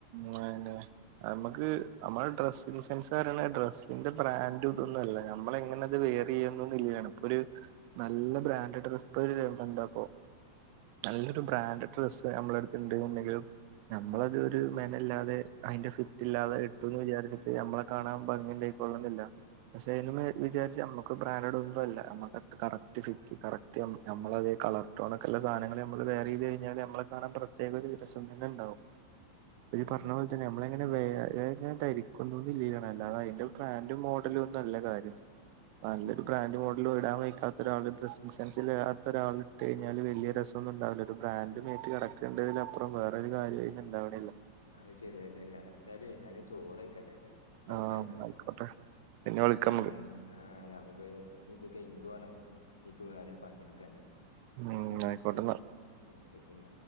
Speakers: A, on the right (about 45°); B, on the left (about 75°).
A: അതന്നെ നമക്ക് നമ്മള് ഡ്രസ്സിങ്ങ് സെൻസ് പറയണ ഡ്രസ്സിന്റെ ബ്രാൻഡ് ഇതൊന്നല്ല നമ്മള് എങ്ങനത് വെ <unintelligible> ഇപ്പൊ ഒരു നല്ല ബ്രാൻഡഡ് <unintelligible> എന്താക്കൊ നല്ലൊരു ബ്രാൻഡഡ് ഡ്രസ്സ് നമ്മള അടുത്ത്ന്ന്ണ്ടെങ്കിലും നമ്മളൊരു ഒരു മെനല്ലാതെ അതിന്റെ ഫിറ്റ് ഇല്ലാതെ ഇട്ടുന്ന് വിചാരിച്ചിട്ട് നമ്മളെ കാണാൻ ഭംഗി ഉണ്ടായിക്കൊളണന്നില്ല പക്ഷെ അതും വിചാരിച്ച് നമ്മക്ക് ബ്രാന്റഡ് ഒന്നല്ല നമ്മക്ക് കറക്റ്റ് ഫിറ്റ് കറക്റ്റ് നമ്മളതേ കളർടോൺ ഒക്കെള്ള സാധനങ്ങള് നമ്മള് വേയറെയ്ത് കയിഞ്ഞാല് നമ്മളെ കാണാൻ പ്രത്യേക ഒരു രസം തന്നെ ഉണ്ടാവും ഈ
B: ഉം
A: പറഞ്ഞ പോലെ തന്നെ നമ്മളെങ്ങനെ വേയ്റെങ്ങനെ ധരിക്കുന്നുന്നില്ലേണ് അല്ലാതെ അതിന്റെ ബ്രാൻഡും മോഡ <unintelligible> നല്ല കാര്യം നല്ലൊരു ബ്രാൻഡ് മോഡല് ഇടാൻ വയിക്കാത്ത ഒരാള് ഡ്രസ്സിങ് സെൻസില്ലാത്ത ഒരാള് ഇട്ട് കയിഞ്ഞാലും വല്യ രസൊന്ന്ണ്ടാവില്ല ഒരു ബ്രാന്റ് മേത്ത് കെടക്ക്ണ്ടന്നതിലപ്പറും വേറൊരു കാര്യവും അതിന്ന് ഉണ്ടാവണില്ല.
B: അത് ശരിയ ശെരിയ എന്തായാലും ഞാനെ ചോറയിക്കട്ടെ ടൈം
A: ആഹ്
B: ആയിക്കണു
A: ആയിക്കോട്ടെ പിന്നെ വിളിക്കാം
B: ഞാന്
A: നമുക്ക്
B: ആ നമുക്ക് ഇത് കയിഞ്ഞിട്ട് വേണം ഇക്ക് വേറൊരു പണിയെടുക്കാന്
A: ഉം ആയിക്കോട്ടന്ന
B: ഉം ശരിന്ന